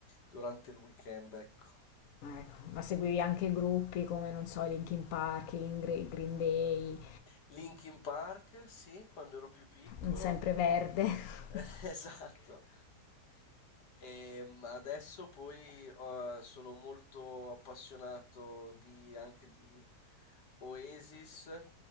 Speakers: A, on the left; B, on the left.
A: durante il weekend, ecco.
B: ecco. Ma seguivi anche gruppi come, non so, i Linkin Park, i Green Green Day,
A: Linkin Park, sì, quando ero più piccolo.
B: un Sempreverde. <laughs>
A: <laughs> Esatto. E mm, adesso poi eh, sono molto appassionato di- anche di Oasis